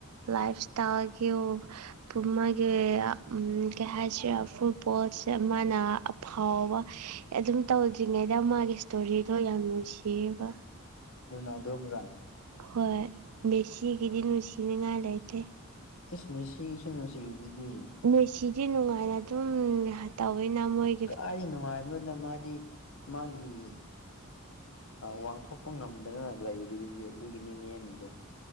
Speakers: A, on the right; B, on the left.
A: ꯂꯥꯐꯁꯇꯥꯏꯜ ꯒꯤ ꯨꯊꯨꯝ ꯃꯥꯒꯤ ꯎꯨꯝ ꯀꯩ ꯍꯥꯏꯁꯤꯔꯦ ꯐꯨꯠꯕꯣꯜꯁꯦ ꯃꯥꯅ ꯑꯐꯥꯎꯕ ꯑꯗꯨꯝ ꯇꯧꯗ꯭ꯔꯤꯉꯩꯗ ꯃꯥꯒꯤ ꯁꯇꯣꯔꯤꯗꯣ ꯌꯥꯝ ꯅꯨꯡꯁꯤꯑꯦꯕ
B: ꯑꯗꯨ ꯅ ꯗꯣ ꯃꯔꯅ
A: ꯍꯣꯏ ꯃꯦꯁꯤꯒꯤꯗꯤ ꯅꯨꯡꯁꯤꯅꯉꯥꯏ ꯂꯩꯇꯦ꯫
B: ꯏꯁ ꯃꯦꯁꯤ ꯁꯨ ꯅꯨꯡꯁꯤꯔꯤꯗꯨꯗꯤ
A: ꯃꯦꯁꯤꯗꯤ ꯅꯨꯡꯉꯥꯏꯅ ꯑꯗꯨꯝ ꯇꯧꯋꯦꯅ ꯃꯣꯏ
B: ꯀꯗꯥꯏꯗ ꯅꯨꯡꯉꯥꯏꯕꯅꯣꯗ ꯃꯥꯗꯤ ꯃꯥꯒꯤ ꯋꯥꯡꯊꯣꯛꯄ ꯉꯝꯗꯅ ꯂꯩꯔꯤꯗꯨꯗꯤ ꯑꯗꯨꯒꯤꯅꯤ ꯅꯦꯝꯃꯤꯗꯣ